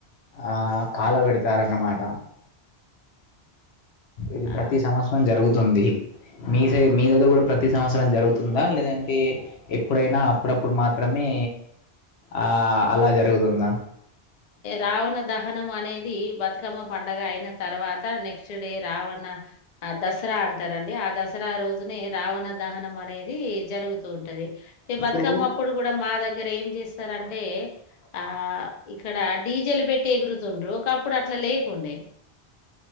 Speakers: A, on the left; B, on the left.
A: ఆ కలబెడతారన్నమాట ఇది
B: ఆ
A: ప్రతి సంవత్సరం జరుగుతుంది మీ సైడ్ మీ దగ్గర కూడా ప్రతి సంవత్సరం జరుగుతుందా లేద అంటే ఎప్పుడైనా అప్పుడప్పుడు మాత్రమే ఆ, అలా జరుగుతుందా
B: రావణ దహనం అనేది బతుకమ్మ పండుగ అయిన తర్వాత నెక్స్ట్ డే రావణ ఆ దసరా అంటారండి. ఆ దసరా రోజునే రావణ దహనం అనేది జరుగుతూ ఉంటది ఈ బతుకమ్మ
A: ఇప్పుడు
B: అప్పుడు కూడా మా దగ్గర దగ్గర ఏం చేస్తారంటే ఆ ఇక్కడ డీ జె లు పెట్టి ఎగురుతుండ్రు ఒకప్పుడు అట్లా లేకుండే